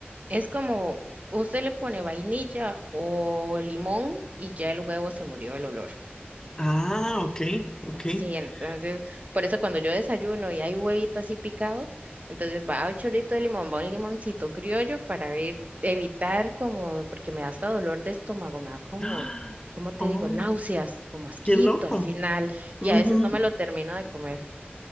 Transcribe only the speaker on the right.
Es como, usted le pone vainilla o limón y ya el huevo se murió el olor.
Sí, entonces, por eso cuando yo desayuno y hay huevito así picado, entonces va un chorrito de limón, va un limoncito criollo para ver, evitar como, porque me da hasta dolor de estómago, me da como,
¿cómo te
digo? Náuseas, como asquito
al final,
y a veces no me lo termino de comer.